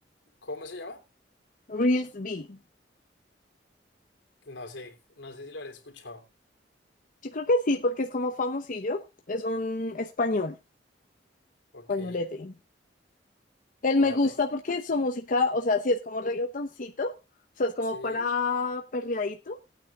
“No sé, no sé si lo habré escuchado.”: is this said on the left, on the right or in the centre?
Left